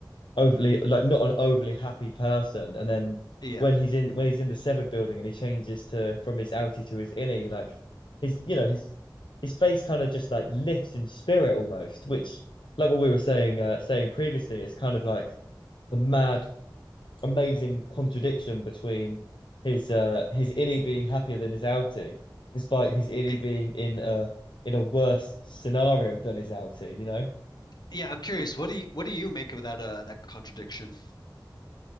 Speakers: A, on the left; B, on the left.
A: overly like not an overly happy person and then
B: Yeah.
A: when he's in when he's in the severed building and he changes to from his outie to his innie like his you know his his face kind of just like lifts in spirit almost which like what we were saying uh, saying previously is kind of like the mad amazing contradiction between his uh his innie being happier than his outie despite his innie
B: It,
A: being in a in a worse scenario than his outie you know
B: yeah, I'm curious. What do you what do you make of that uh that contradiction?